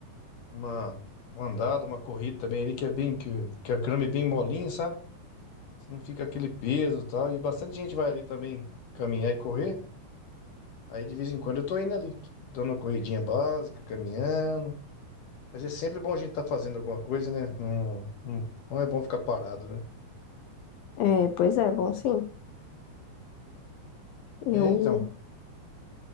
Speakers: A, on the left; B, on the left.
A: uma, uma andada, uma corrida também ali, que é bem, que, o- que a grama é bem molinha, sabe? Você não fica aquele peso e tal. E bastante gente vai ali também caminhar e correr. Aí de vez em quando eu tô indo ali, dando uma corridinha básica, caminhando. Mas é sempre bom a gente estar fazendo alguma coisa, né? Não, não, não é bom ficar parado, né?
B: É, pois é, bom, sim.
A: É,
B: Eu,
A: então.